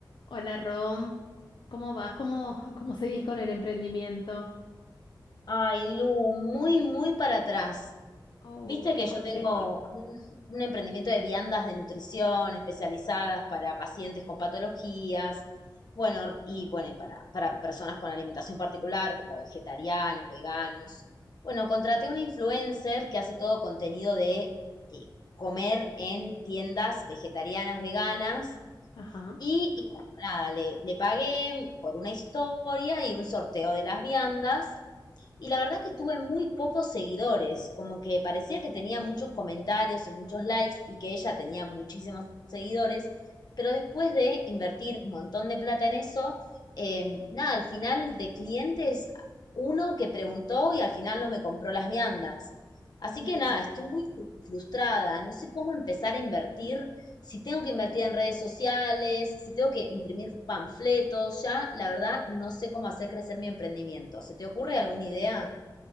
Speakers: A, on the left; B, on the left.
A: Hola Rom, ¿cómo vas? ¿Cómo, cómo seguís con el emprendimiento?
B: Ay, Lu, muy, muy para atrás.
A: Uy,
B: Viste que yo
A: ¿por
B: tengo
A: qué?
B: un, un emprendimiento de viandas de nutrición especializadas para pacientes con patologías, bueno, y bueno, y para, para personas con alimentación particular, como vegetarianos, veganos. Bueno, contraté a una influencer que hace todo contenido de eh, comer en tiendas vegetarianas, veganas,
A: Ajá.
B: y, y bueno, nada, le, le pagué por una historia y un sorteo de las viandas. Y la verdad que tuve muy pocos seguidores, como que parecía que tenía muchos comentarios y muchos likes y que ella tenía muchísimos seguidores, pero después de invertir un montón de plata en eso, eh, nada, al final de clientes, uno que preguntó y al final no me compró las viandas. Así
A: Oh.
B: que nada, estoy muy fru- frustrada, no sé cómo empezar a invertir si tengo que invertir en redes sociales, si tengo que imprimir panfletos, ya la verdad no sé cómo hacer crecer mi emprendimiento. ¿Se te ocurre alguna idea?